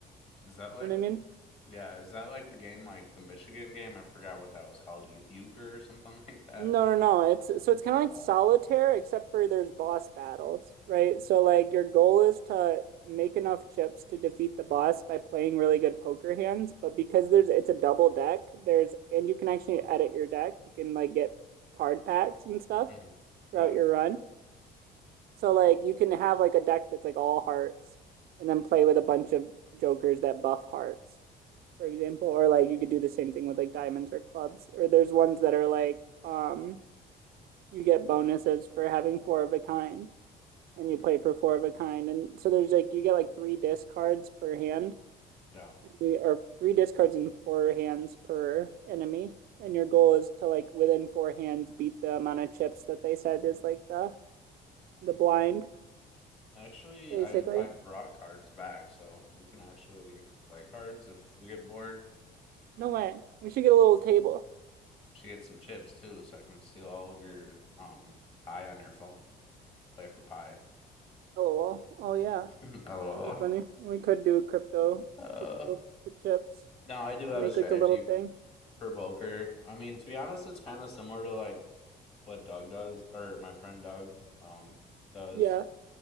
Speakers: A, on the left; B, on the right.
A: Is that
B: You
A: like
B: know what I mean?
A: yeah, is that like the game like the Michigan game? I forgot what that was called. Eu- Euchre or something <laughs> like that.
B: No,
A: People
B: no, no.
A: are saying.
B: It's so it's kind of like solitaire,
A: Uh,
B: except for there's boss battles, right? So like your goal is to make enough chips to defeat the boss by playing really good poker hands. But because there's it's a double deck, there's and you can actually edit your deck. You can like get card packs and stuff
A: mhm.
B: throughout
A: Yeah.
B: your run. So like you can have like a deck that's like all hearts and then play with a bunch of jokers that buff hearts, for example. Or like you could do the same thing with like diamonds or clubs. Or there's ones that are like um you get bonuses for having four of a kind and you
A: Hmm.
B: play for four of a kind and so there's like you get like three discards per hand
A: Yeah.
B: or three discards and four hands per enemy and your goal is to like within four hands beat the amount of chips that they said is like the the blind
A: Actually,
B: basically
A: I I brought cards back, so we can actually play cards if we get bored.
B: no way we should get a little table
A: She gets some chips too, so I can steal all of your um pie on your phone. Play for pie.
B: lol oh yeah
A: <laughs> LOL.
B: that'd be funny we could do crypto
A: Uh,
B: crypto chips
A: no, I do
B: and
A: have
B: make
A: a strategy
B: like a little thing
A: for poker. I mean, to be honest, it's kind of similar to like what Doug does or my friend Doug um does,
B: yeah